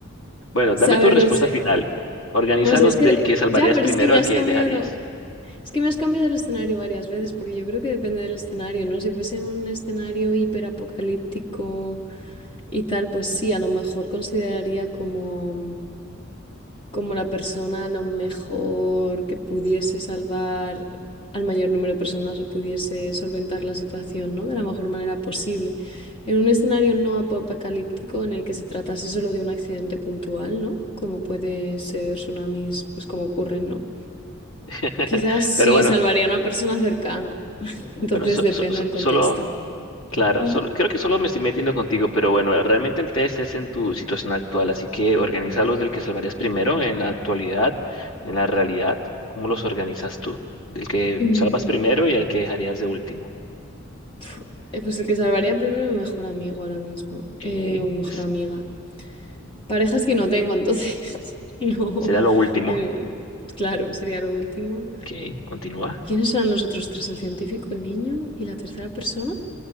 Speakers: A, on the left; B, on the left.
A: Bueno,
B: O
A: dame
B: sea, a
A: tu
B: ver,
A: respuesta
B: no sé.
A: final. Organízalos
B: No sé, es que
A: del que salvarías
B: ya, pero
A: primero
B: es que me
A: al
B: has
A: que
B: cambiado,
A: dejarías.
B: es que me has cambiado el escenario varias veces, porque yo creo que depende del escenario, ¿no? Si fuese un escenario hiperapocalíptico y tal, pues sí, a lo mejor consideraría como, como la persona a lo mejor que pudiese salvar al mayor número de personas o pudiese solventar la situación, ¿no? De la mejor manera posible. En un escenario no apocalíptico en el que se tratase solo de un accidente puntual, ¿no? Como puede ser tsunamis, pues como ocurren, ¿no?
A: <laughs>
B: Quizás sí
A: Pero bueno,
B: salvarían a persona cercana. Entonces
A: bueno, so-
B: depende
A: so- so-
B: del contexto.
A: solo Claro,
B: Ujú.
A: solo, creo que solo me estoy metiendo contigo, pero bueno, realmente el test es en tu situación actual, así que organiza los del que salvarías primero en la actualidad, en la realidad. ¿Cómo los organizas tú? Del que
B: Mm,
A: salvas primero y al que dejarías de último.
B: pf, eh, pues el que salvaría primero mi mejor amigo ahora mismo. eh,
A: Ok,
B: o mi mejor
A: es-
B: amiga. Parejas que no tengo, entonces <laughs> no.
A: será lo último.
B: Em, claro, sería lo último.
A: Ok, continúa.
B: ¿Quiénes eran los otros tres? El científico, el niño y la tercera persona.